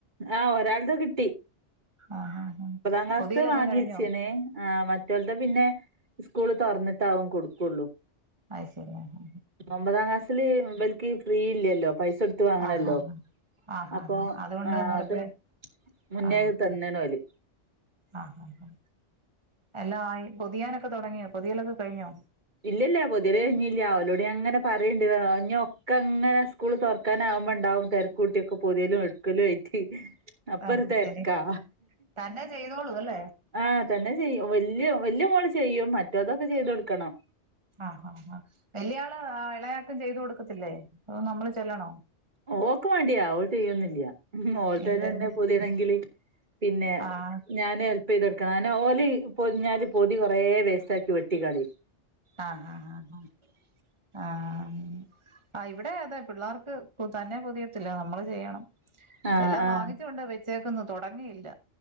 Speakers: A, on the right; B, on the right.
A: ആഹ് ഒരാൾട കിട്ടി
B: ആഹ് ആഹ് ആഹ്
A: ഒമ്പതാം ക്ലാസ്ത്ത്
B: പൊതിയലൊക്കെ
A: വാങ്ങി
B: കഴിഞ്ഞോ
A: വെച്ചേനെ ആഹ് മറ്റൊൽത് പിന്നെ സ്കൂള് തൊറന്നിട്ടാവും കൊടുക്കുള്ളൂ
B: അത് ശരി ആഹ്
A: ഒമ്പതാം ക്ലാസില് ഇബൽക്ക് ഫ്രീ ഇല്ലല്ലോ പൈസൊടുത്ത് വാങ്ങണല്ലോ
B: ആഹ് ആഹ് ആഹ് ആഹ്
A: അപ്പൊ
B: ആഹ് ആഹ് അതുകൊണ്ട്
A: ആഹ്
B: അന്നേരപ്പഴേ
A: അത് മുന്നേ
B: ആഹ്
A: അത് തന്നേണോല്
B: ആഹ് ആഹ് എല്ലാം ആയി പൊതിയാനൊക്കെ തൊടങ്ങിയോ പൊതിയലൊക്കെ കഴിഞ്ഞോ
A: ഇല്ലില്ല പൊതിയല് കയിഞ്ഞില്ല ഓലോട്ഞങ്ങനെ പറയേണ്ട് ഇഞ്ഞ് ഒക്കെങ്ങനെ സ്കൂള് തൊറക്കാനാവുമ്പോ ഇണ്ടാവും തെരക്കുട്ടിക്കെ പൊതിയലും എട്ക്കലും ആയിട്ട് അപ്പൊരു
B: അത്
A: തെരക്കാ
B: ശരി തന്നെ ചെയ്തോളൂ അല്ലേ
A: ആഹ് തന്നെചെയ്യും വല്യ വല്യമോള് ചെയ്യും മറ്റോതൊക്കെ ചെയ്തൊടുക്കണം
B: ആഹ് ആഹ് ആ വല്യള് ആ ഇളയാക്ക ചെയ്തു കൊടുക്കത്തില്ലേ അതൊ നമ്മള്ചെല്ലണോ
A: ഓക്ക് മടിയാ ഓള് ചെയ്യൊന്നില്ല ഓൾത
B: ഇല്ലല്ലേ
A: തന്നെ പൊതിയണെങ്കില് പിന്നെ
B: ആഹ്
A: ഞാന് ഹെല്പ്യ്തെടുക്കണം ഞാന് ഓല് പൊതിഞ്ഞാല് പൊതി കൊറെ വേസ്റ്റാക്കി വെട്ടിക്കളയും
B: ആഹ് ആഹ് ആഹ് ആഹ് ആഹ് ഇവിടെ അതെ പിള്ളേർക്ക് തന്നെ പൊതിയത്തില്ല നമ്മള് ചെയ്യണം
A: ആഹ്
B: എല്ലാം
A: ആഹ്
B: വാങ്ങിച്ചുണ്ട് വെച്ചേക്കന്ന് തൊടങ്ങിയില്ല